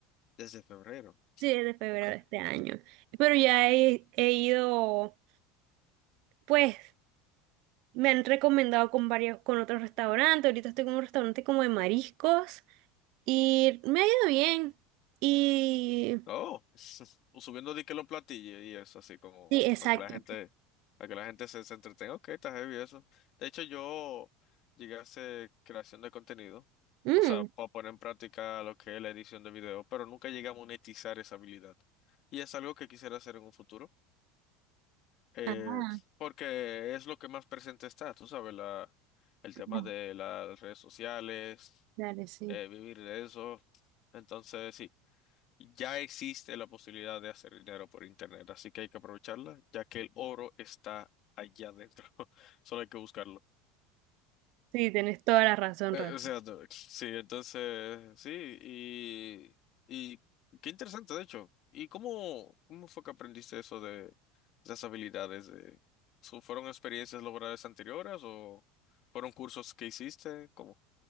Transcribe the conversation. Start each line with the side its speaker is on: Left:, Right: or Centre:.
Left: Desde febrero.
Right: sí, desde febrero
Left: Ok.
Right: de este año, pero ya he, he ido, pues, me han recomendado con varios, con otros restaurantes, ahorita estoy con un restaurante como de mariscos y me ha ido bien y...
Left: Oh, <laughs> o subiendo de que los platillos y eso, así como
Right: Sí, exacto.
Left: para que la gente, para que la gente se, se entretenga. Ok, está heavy eso. De hecho, yo llegué a hacer creación de contenido,
Right: Mm,
Left: o sea, para poner en práctica lo que es la edición de video, pero nunca llegué a monetizar esa habilidad. Y es algo que quisiera hacer en un futuro, eh,
Right: ah,
Left: porque es lo que más presente está, tú sabes, la, el
Right: tenés-
Left: tema de las redes sociales,
Right: dale, sí.
Left: eh, vivir de eso. Entonces, sí. Ya existe la posibilidad de hacer dinero por internet, así que hay que aprovecharla, ya que el oro está allá adentro. <laughs> Solo hay que buscarlo.
Right: Sí, tenés toda la razón,
Left: Eh,
Right: realmente.
Left: o sea, no, sí, entonces, sí, y, y qué interesante, de hecho. ¿Y cómo, cómo fue que aprendiste eso de esas habilidades? De, ¿Su- ¿Fueron experiencias laborales anteriores o fueron cursos que hiciste? ¿Cómo?